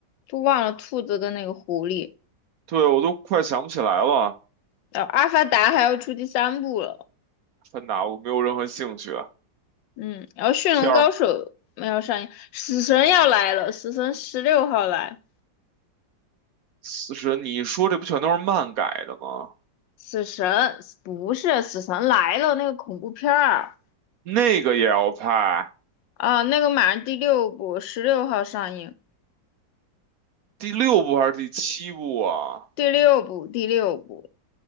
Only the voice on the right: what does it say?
对，我都快想不起来了。
芬达，我没有任何兴趣。
天儿，
死神，你说这不全都是漫改的吗？
那个也要拍
第六部还是第七部啊？